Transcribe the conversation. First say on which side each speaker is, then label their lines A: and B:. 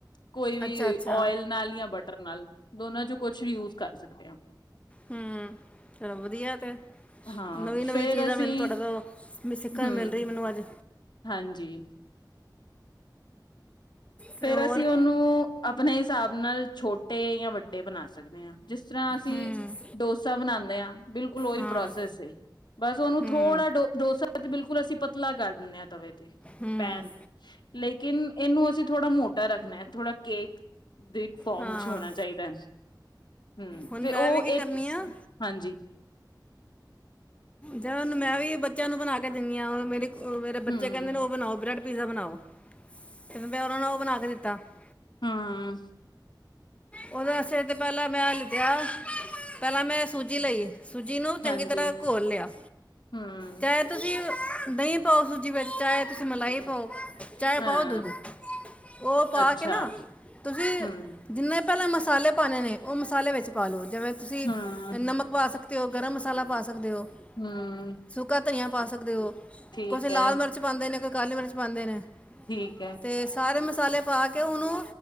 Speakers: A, on the left; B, on the left.
A: ਕੋਈ ਵੀ
B: ਅੱਛਾ ਅੱਛਾ
A: ਓਇਲ ਨਾਲ ਯਾ ਬਟਰ ਨਾਲ। ਦੋਨਾਂ ਚ ਕੁਛ ਵੀ ਯੂਜ ਕਰ ਸਕਦੇ ਹਾਂ, ਆਪ
B: ਹਮ ਚਲੋ, ਵਧੀਆ ਤੇ
A: ਹਾਂ
B: ਨਵੀਂ ਇਹ ਨਵੀਂ
A: ਫੇਰ
B: ਚੀਜ਼
A: ਅਸੀਂ
B: ਦਾ ਮੈਨੂੰ ਤੁਹਾਡੇ ਤੋਂ, ਸਿੱਖਣ
A: ਹੂੰ
B: ਮਿਲ ਰਹੀ ਮੈਨੂੰ ਅੱਜ।
A: ਹਾਂਜੀ
B: ਤੇ
A: ਫੇਰ
B: ਹੋਰ
A: ਅਸੀਂ ਉਹਨੂੰ ਆਪਣੇ ਹਿਸਾਬ ਨਾਲ ਛੋਟੇ ਯਾਂ ਵੱਡੇ ਬਣਾ ਸਕਦੇ ਹਾਂ, ਜਿਸ ਜਿਸ ਤਰ੍ਹਾਂ ਅਸੀਂ
B: ਹੂੰ
A: ਡੋਸਾ ਬਣਾਉਦੇ। ਦੇਂ ਬਿਲਕੁਲ ਉਹੀ
B: ਹਾਂ
A: ਪ੍ਰੋਸੈਸ ਏ, ਬਸ ਉਹਨੂੰ
B: ਹੂੰ
A: ਥੋੜਾ ਡੋ ਡੋਸਾ ਬਿਲਕੁਲ, ਅਸੀਂ ਪਤਲਾ ਕਰਿ ਦਿੰਨੇ ਆ, ਤਵੇ ਤੇ।
B: ਹੂੰ
A: ਪੈਣ ਤੇ, ਲੇਕਿਨ, ਇਹਨੂੰ ਥੋੜਾ ਮੋਟਾ ਰੱਖਣਾ, ਹੈ ਥੋੜਾ ਕੇਕ ਦੇ ਫੋਮ
B: ਹਾਂ
A: ਚ ਹੋਣਾ ਚਾਹੀਦਾ, ਹਮ
B: ਹੁਣ
A: ਤੇ,
B: ਮੈਂ
A: ਉਹ
B: ਵੀ ਕੀ ਕਰਨੀ
A: ਇੱਕ
B: ਆ
A: ਹਾਂਜੀ।
B: ਜ ਮੈਂ, ਵੀ ਬੱਚਿਆਂ ਨੂੰ ਬਣਾ ਕੇ ਦਿੰਦੀ ਹਾਂ। ਮੇਰੇ ਕੋ ਉਹ ਮੇਰਾ
A: ਹੂੰ
B: ਬੱਚਾ ਕਹਿੰਦੇ ਨੇ, ਉਹ ਬਣਾਓ ਬਰੇ ਪੀਜ਼ਾ ਬਣਾਓ। ਕਿੰ ਮੈਂ, ਉਹਨਾ ਨੂੰ ਉਹ ਬਣਾ ਕੇ ਦਿੱਤਾ। ਕੁੱਤਾ
A: ਹਮ।
B: ਉਹਦੇ ਵਾਸਤੇ ਤੇ, ਪਹਿਲਾਂ ਮੈਂ ਲਿਤਿਆ ਪਹਿਲਾਂ ਮੈਂ ਸੂਜੀ ਲਈ। ਸੂਜੀ ਨੂੰ ਚੰਗੀ
A: ਹਾਂਜੀ
B: ਤਰ੍ਹਾਂ ਘੋਲ ਲਿਆ,
A: ਹੂੰ
B: ਚਾਹੇ ਤੁਸੀਂ ਦਹੀਂ ਪਾਓ, ਸੂਜੀ ਵਿੱਚ ਚਾਹੇ, ਤੁਸੀਂ ਮਲਾਈ ਪਾਓ। ਚਾਹੇ
A: ਹਾਂ
B: ਪਾਓ ਦੁੱਧ, ਉਹ ਪਾ
A: ਅੱਛਾ
B: ਕੇ ਨਾ ਤੁਸੀਂ
A: ਹੂੰ
B: ਜਿੰਨੇ ਪਹਿਲਾਂ ਮਸਾਲੇ ਪਾਣੇ ਨੇ, ਉਹ ਮਸਾਲੇ ਵਿੱਚ ਪਾ ਲਉ। ਜਿਵੇਂ ਤੁਸੀਂ
A: ਹੂੰ
B: ਨਮਕ ਪਾ ਸਕਦੇ। ਤੇ ਉਹ ਗਰਮ ਮਸਾਲਾ ਪਾ ਸਕਦੇ ਹੋ।
A: ਹੂੰ।
B: ਸੁੱਕਾ ਧਨੀਆ ਪਾ ਸਕਦੇ ਹੋ।
A: ਠੀਕ
B: ਕੁਝ ਲਾਲ
A: ਹੈ
B: ਮਿਰਚ ਪਾਉਂਦੇ ਨੇ ਕੁ ਕਾਲੀ ਮਿਰਚ ਪਾਉਂਦੇ ਨੇ।
A: ਠੀਕ ਹੈ
B: ਤੇ ਸਾਰੇ ਮਸ ਮਸਾਲੇ ਪਾ ਕੇ ਉਹਨੂੰ